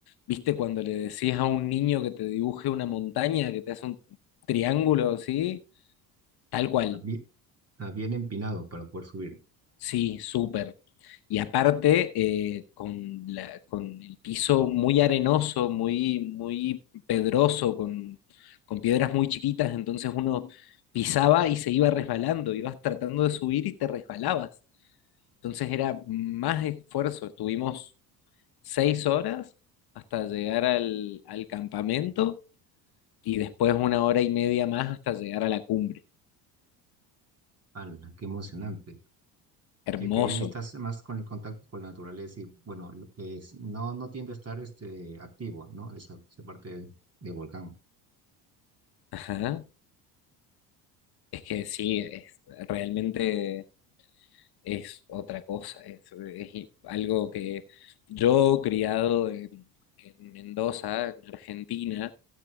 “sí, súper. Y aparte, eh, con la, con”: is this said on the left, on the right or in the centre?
Left